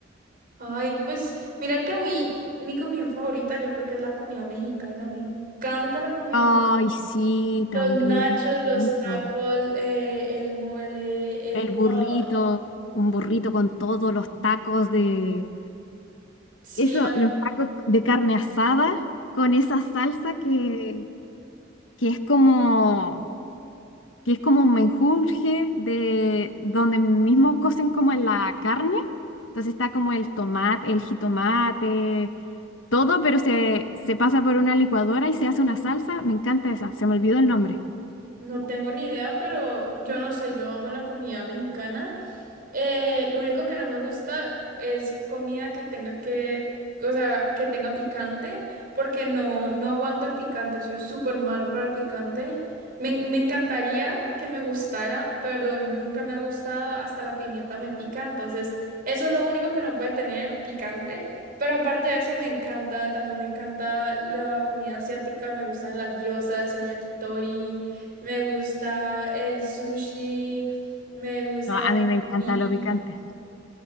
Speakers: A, on the right; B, on the left.
A: Ay, pues mira que a mí, mi comida favorita yo creo que es la comida mexicana. Me encanta la comida
B: Ay, sí,
A: Los
B: también.
A: nachos,
B: qué
A: los
B: rico.
A: tacos, eh, el mole,
B: El
A: eh,
B: burrito,
A: todo.
B: un burrito con todos los tacos de...
A: Sí,
B: Eso,
A: a
B: los tacos de carne asada con esa salsa que, que es como... que es como un menjurje de donde mismo cocen como en la carne. Entonces está como el tomate, el jitomate, todo, pero se, se pasa por una licuadora y se hace una salsa. Me encanta esa, se me olvidó el nombre.
A: No tengo ni idea, pero yo no sé, yo amo la comida mexicana. Eh, lo único que no me gusta es comida que tenga que, o sea, que tenga picante, porque no, no aguanto el picante, soy súper malo para el picante. Me, en- me encantaría que me gustara, pero nunca me ha gustado, hasta la pimienta me pica, entonces eso es lo único que no puede tener picante. Pero aparte de eso me encanta, también me encanta la comida asiática, me gustan las gyozas, el yakitori. Me gusta el sushi, me gusta
B: No, a mí
A: el
B: me encanta
A: nigiri.
B: lo picante,